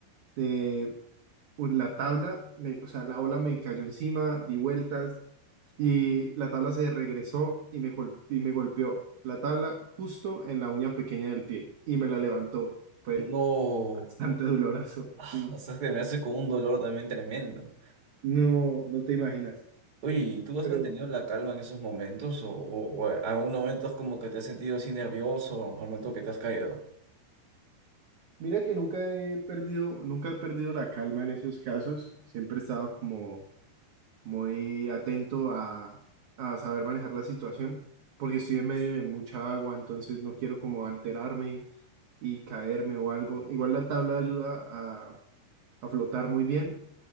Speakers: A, on the right (about 55°); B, on the right (about 25°).
A: eh, un- la tabla, me- o sea, la ola me cayó encima, di vueltas y la tabla se regresó y me, gol- y me golpeó la tabla justo en la uña pequeña del pie y me la levantó. Fue
B: No.
A: bastante doloroso,
B: Ah,
A: sí.
B: o sea, terminaste con un dolor también tremendo.
A: No, no te imaginas.
B: Oye, ¿y tú has
A: Pero
B: mantenido la calma en esos momentos? ¿O, o, o algún momento es como que te has sentido así nervioso al momento que te has caído?
A: mira que nunca he perdido, nunca he perdido la calma en esos casos. Siempre he estado como muy atento a, a saber manejar la situación, porque estoy en medio de mucha agua, entonces no quiero como alterarme y caerme o algo. Igual la tabla ayuda a, a flotar muy bien,